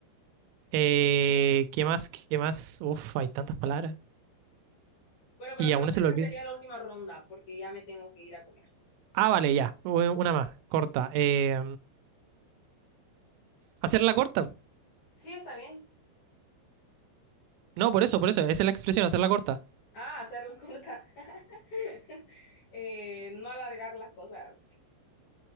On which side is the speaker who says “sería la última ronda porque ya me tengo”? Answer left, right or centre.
Left